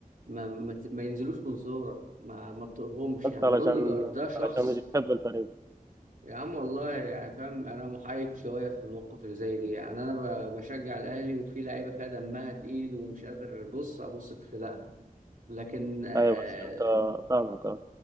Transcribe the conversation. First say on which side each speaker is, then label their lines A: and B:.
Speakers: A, on the right; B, on the right.
A: ما, ما, ت- ما ينزلوش من زورك ما ما تطقهمش
B: انت
A: يعني
B: علشان
A: روديجر ده شخص
B: علشان مش بتحب الفريق
A: يا عم والله يعني فاهم انا محايد شويه في الموقف اللي زي دي يعني انا ب- بشجع الاهلي وفي لعيبه فيها دمها تقيل ومش قادر بص ابص في خلقها لكن آه،
B: ايوه بس انت فاهمك أه.